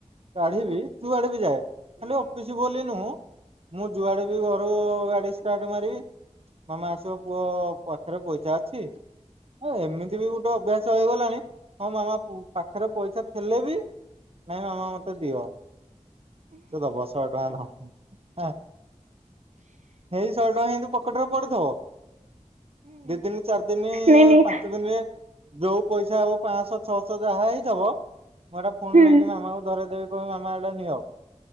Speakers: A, on the right; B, on the right.
A: କାଢିବି ଯୁଆଡ଼େ ବି ଯାଏ ଖାଲି ଅଫିସ୍ ବୋଲି ନୁହୁଁ ମୁଁ ଯୁଆଡେ ବି ଘରୁ ଗାଡି ଷ୍ଟାର୍ଟ ମାରିବି ମାମା ଆସିବ ପୁଅ ପାଖରେ ପଇସା ଅଛି। ହଁ ଏମିତି ବି ଗୋଟେ ଅଭ୍ୟାସ ହେଇଗଲାଣି ହଁ ମାମା ପୁ ପାଖରେ ପଇସା ଥିଲେ ବି ନାଇଁ ମାମା ମତେ ଦିଅ ସେ ଦବ ଶହେ ଟଙ୍କା ଭା ହଁ। ହେଇ ଶହେ ଟଙ୍କା କିନ୍ତୁ ପକେଟ ରେ ପଡିଥିବ ଦି ଦିନି ଚାରି ଦିନି
B: ନାଇଁ ନାଇଁ
A: ପାଞ୍ଚ ଦିନିରେ ଯୋଉଁ ପଇସା ପା ଶହ ଛଅ ଶହ ଯାହା ହେଇଥିବ ମୁଁ ହେଟା ପୁଣି
B: ହୁଁ,
A: ନେଇକି ମାମାକୁ ଧରେଇଦେବି ମୁଁ କହିବି ମାମା ଏଇଟା ନିଅ